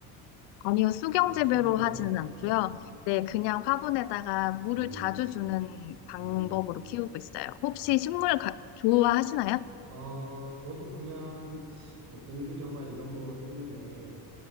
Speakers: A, on the left; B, on the right.
A: 아니요. 수경재배로
B: 아, 수경재배는
A: 하지는
B: 아니고,
A: 않고요.
B: 어,
A: 네, 그냥 화분에다가 물을
B: 음,
A: 자주 주는 방법으로
B: 음,
A: 키우고 있어요. 혹시
B: 아,
A: 식물 가- 좋아하시나요?
B: 어, 저도 그냥 뭐 공기정화 이런 거 때문에